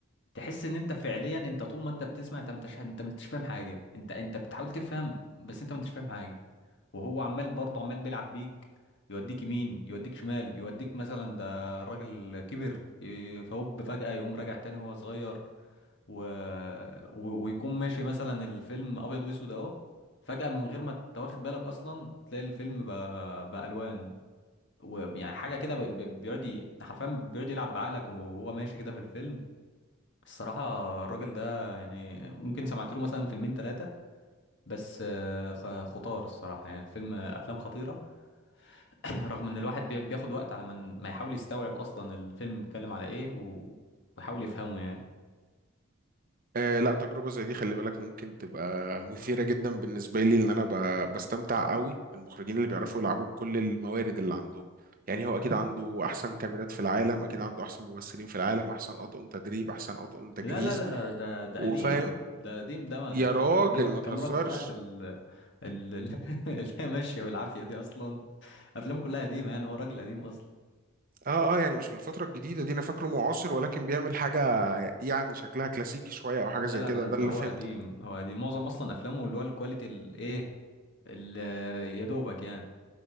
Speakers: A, on the left; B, on the right.
A: تحس ان انت فعليا انت طول ما انت بتسمع انت ما انتش انت ما انتش فاهم حاجه انت انت بتحاول تفهم بس انت ما انتش فاهم حاجه وهو عمال برضه عمال بيلعب بيك يوديك يمين يوديك شمال يوديك مثلا ده الراجل كبر ي- فهوب فجأة يقوم راجع تاني وهو صغير و... و... ويكون ماشي مثلا الفيلم ابيض واسود اهو فجأة من غير ما تواخد بالك اصلا تلاقي الفيلم بقى بألوان ويعني حاجة كده ب... ب- بيقعد ي- حرفيا بيقعد يلعب بعقلك وهو ماشي كده في الفيلم الصراحة الراجل ده يعني ممكن سمعت له مثلا فيلمين ثلاثة بس آه، خ- خطار الصراحة يعني فيلم أفلام خطيرة <clears throat> رغم إن الواحد بي- بياخد وقت على ما ن- ما يحاول يستوعب أصلا الفيلم بيتكلم على إيه و- ويحاول يفهمه يعني
B: آه لا تجربة زي دي خلي بالك ممكن تبقى مثيرة جدا بالنسبة لي لأن أنا ب- بستمتع قوي بالمخرجين اللي بيعرفوا يلعبوا بكل الموارد اللي عندهم يعني هو أكيد عنده أحسن كاميرات في العالم أكيد عنده أحسن ممثلين في العالم أحسن أطقم تدريب أحسن أطقم تجهيز
A: لا لا ده ده ده
B: وفاهم
A: قديم ده قديم ده ما
B: يا
A: ده ك-
B: راجل
A: كاميرا
B: ما تهزرش
A: كاميرات بتاعت ال ال- <laughs> اللي هي ماشية بالعافية دي أصلا أفلام كلها قديمة يعني هو راجل قديم أصلا
B: اه اه يعني مش من الفترة الجديدة دي أنا فاكره معاصر ولكن بيعمل حاجة يعني شكلها كلاسيكي شوية أو حاجة
A: لا
B: زي
A: لا
B: كده
A: لا
B: ده
A: ده
B: اللي
A: هو
B: فهمته
A: قديم هو قديم معظم أصلا أفلامه اللي هو الكواليتي الإيه ال- يا دوبك يعني